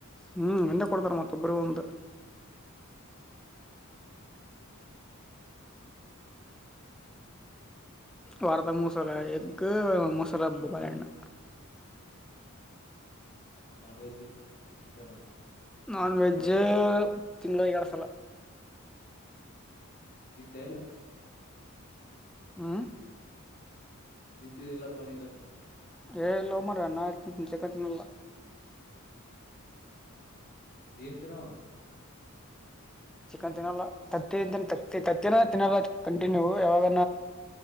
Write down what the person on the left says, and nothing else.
ನಾನ್ ವೆಜ್ ಇಲ್ಲ ಚಿಕನ್ ಅಂತ
ಇತ್ತ ಇಲ್ಲ
ತಿಂತಿ ಇಲ್ಲ ಪ ನಿ ಅಂದೆ
ಏನ್ ತಿನ್ನವ ಮತ್ತ್